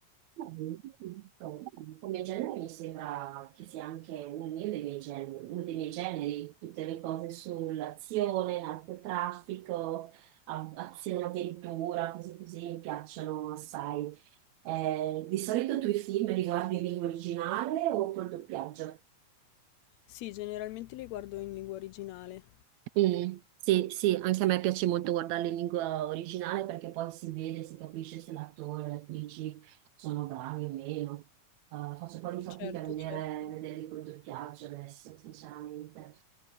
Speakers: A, on the right (about 75°); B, on the left (about 75°).
A: Beh, Giusto. Come genere mi sembra che sia anche uno dei miei generi, uno dei miei generi, tutte le cose sull'azione, narcotraffico, a- azione, avventura, cose così mi piacciono assai. Eh, di solito tu i film li guardi in lingua originale o col doppiaggio?
B: Sì, generalmente li guardo in lingua originale.
A: Mm, Sì, sì, anche a me piace molto guardarle in lingua originale perché poi si vede, si capisce se l'attore e le attrici sono bravi o meno. Eh, faccio un po' di fatica
B: Certo,
A: a vedere,
B: certo.
A: vederli col doppiaggio adesso, sinceramente.